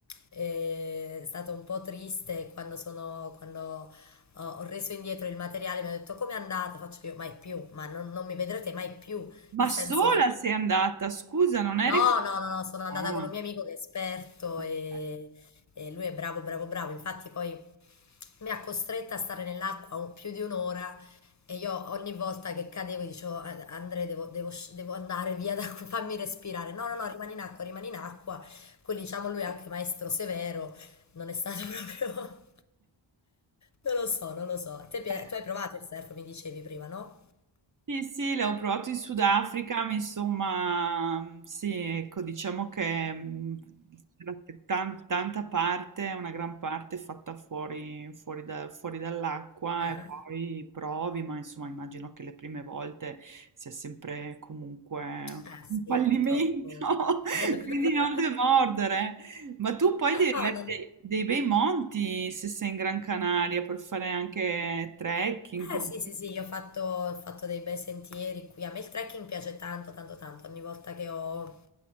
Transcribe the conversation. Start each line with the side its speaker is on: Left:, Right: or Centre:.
Left: eh, è stato un po' triste quando sono, quando ho ho reso indietro il materiale, mi hanno detto come è andata? Faccio io, mai più, ma non, non mi vedrete mai più,
Right: Ma
Left: nel
Right: sola
Left: senso...
Right: sei andata, scusa, non eri...
Left: No, no, no, no, sono andata
Right: Ah,
Left: con un mio amico che è esperto
Right: ok.
Left: e, e lui è bravo, bravo, bravo. Infatti poi mi ha costretta a stare nell'acqua un- più di un'ora e io ogni volta che cadevo dicevo "Ah, Andrea devo, devo sc- devo andare via, da, <laughs> qui, fammi respirare. No, no, no, rimani in acqua, rimani in acqua. Quindi diciamo lui è anche maestro severo, non è stato <laughs> proprio... Non lo so, non lo so. A Te pi-
Right: <laughs>
Left: tu hai provato il surf, mi dicevi prima, no?
Right: Sì, sì, l'ho provato in Sudafrica, ma insomma, sì, ecco, diciamo che mh, c'era tan- tanta parte, una gran parte fatta fuori, fuori da- fuori dall'acqua
Left: Ah,
Right: e poi
Left: ah.
Right: provi, ma insomma immagino che le prime volte sia sempre comunque
Left: Eh sì,
Right: un fallimento,
Left: purtroppo.
Right: <laughs>
Left: <laughs>
Right: quindi non demordere. Ma tu poi
Left: Ah,
Right: devi avere
Left: non...
Right: dei dei bei monti se sei in Gran Canaria per fare anche trekking. così.
Left: Eh sì, sì, sì, io ho fatto, ho fatto dei bei sentieri qui. A me il trekking piace tanto, tanto, tanto. Ogni volta che ho